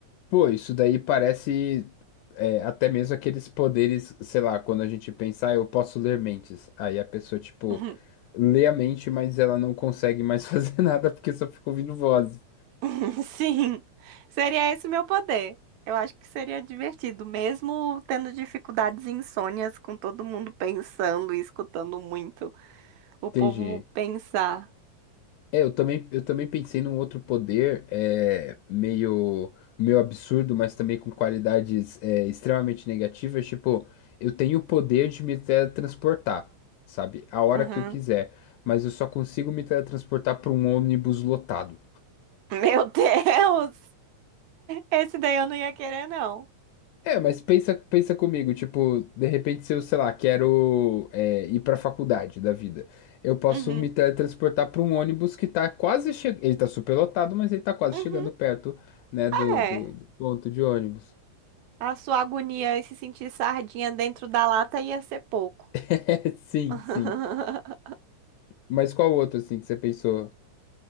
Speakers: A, on the left; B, on the right.
A: Pô, isso daí parece é, até mesmo aqueles poderes, sei lá, quando a gente pensa, ah, eu posso ler mentes. Aí a pessoa, tipo,
B: <laughs>
A: lê a mente, mas ela não consegue mais <laughs> fazer nada porque só fica ouvindo vozes.
B: <laughs> Sim, seria esse o meu poder. Eu acho que seria divertido, mesmo tendo dificuldades e insônias, com todo mundo pensando e escutando muito o povo
A: Entendi.
B: pensar.
A: É, eu também, eu também pensei num outro poder é, meio, meio absurdo, mas também com qualidades é, extremamente negativas. Tipo, eu tenho o poder de me teletransportar, sabe? A hora
B: Uhum.
A: que eu quiser, mas eu só consigo me teletransportar para um ônibus lotado.
B: <laughs> Meu Deus! Esse daí eu não ia querer, não.
A: É, mas pensa, pensa comigo, tipo, de repente se eu, sei lá, quero é, ir pra faculdade da vida, eu posso
B: Uhum.
A: me teletransportar pra um ônibus que tá quase chegando, ele tá super lotado, mas ele tá quase
B: Uhum.
A: chegando perto, né, do,
B: É.
A: do, do ponto de ônibus. <laughs>
B: A sua agonia e se sentir sardinha dentro da lata ia ser pouco.
A: É, sim,
B: <laughs>
A: sim. Mas qual outro, assim, que você pensou?